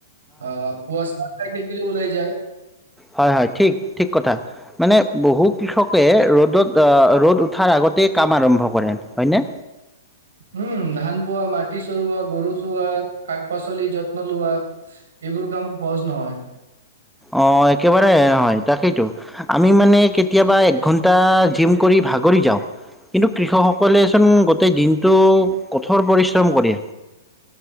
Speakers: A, on the right (about 75°); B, in the centre.
A: অ প ওলাই যায়
B: হয় হয় ঠিক ঠিক কথা মানে বহু কৃষকে ৰ'দত ৰ'দ উঠাৰ আগতেই কাম আৰম্ভ কৰে হয়নে।
A: উম ধান পোৱা মাটি চৰুোৱাগৰু, চোৱা শাক পাচলি, যত্ন লোৱা এইবোৰ কাম সহজ নহয়।
B: অ এক একেবাৰে হয় তাকেইতো আমি মানে কেতিয়াবা একঘন্টা জিম কৰি ভাগৰি যাওঁ কিন্তু কৃষকসকলেচোন গোটেই দিনটো কঠোৰ পৰিশ্ৰম কৰে।